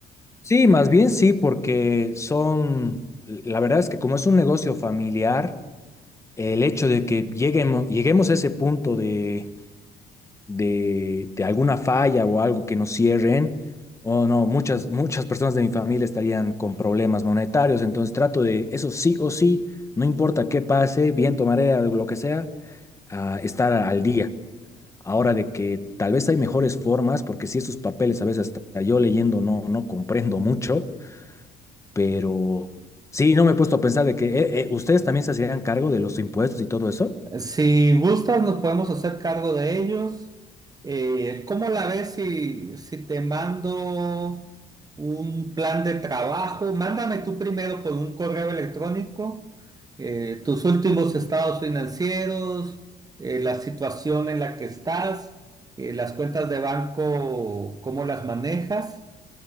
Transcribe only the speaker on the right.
Si gustas, nos podemos hacer cargo de ellos. Eh, ¿cómo la ves si, si te mando un plan de trabajo? Mándame tú primero por un correo electrónico eh, tus últimos estados financieros, eh, la situación en la que estás, eh, las cuentas de banco, cómo las manejas.